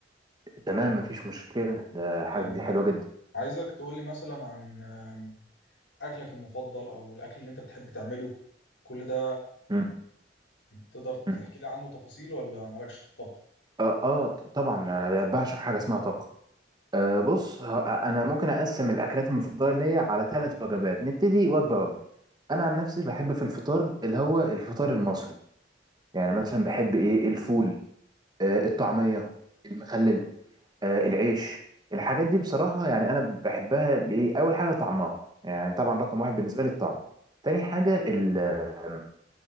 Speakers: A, on the right (about 25°); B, on the left (about 70°).
A: تمام مفيش مشكله ده حاجه
B: آه،
A: دي حلوه جدا
B: عايزك تقولي مثلا عن آه، اكلك المفضل او الاكل اللي انت بتحب تعمله كل ده
A: مم.
B: تقدر تحكي
A: مم.
B: لي عنه تفاصيل ولا مالكش في الطبخ؟
A: اه, آه ط- طبعا انا بعشق حاجه اسمها طبخ آه بص ه- انا ممكن اقسم الاكلات المفضله ليا على ثلاث وجبات نبتدي وجبه وجبه انا عن نفسي بحب في الفطار اللي هو الفطار المصري يعني مثلا بحب ايه الفول آه الطعميه المخلل آه، العيش الحاجات دي بصراحة يعني أنا بحبها ليه أول حاجة طعمها يعني طبعا رقم واحد بالنسبة لي الطعم تاني حاجة ال- آه،